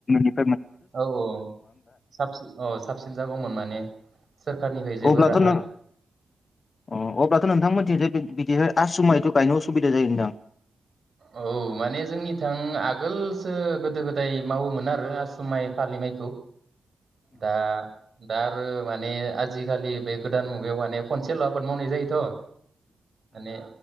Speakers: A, on the left; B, on the right.
A: <inaudible>
B: औ औ साबसिन औ साबसिन जागौमोन माने सोरखारनिफ्राय जेबो
A: अब्लाथ'
B: राहा
A: नों अब्लाथ' नोंथांमोनथि बेहाय आसु माइथ' गायनो असुबिदा जायोदां
B: औ माने जोंनि थां आगोलसो गोदो गोदाय मावोमोन आरो आस माइ फालिइखौ दा दा आरो माने आजिखालि बे गोदान मुगायाव माने खनसेल' आबाद मावनाय जायोथ' माने